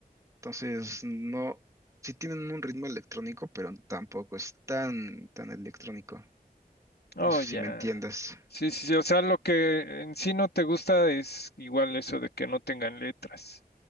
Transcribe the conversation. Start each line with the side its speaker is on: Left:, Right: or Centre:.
Right: Entonces no, sí tienen un ritmo electrónico, pero tampoco es tan, tan electrónico.
Left: Oh,
Right: No sé
Left: ya.
Right: si me entiendas.
Left: Sí, sí, sí, o sea, lo que en sí no te gusta es igual eso de que no tengan letras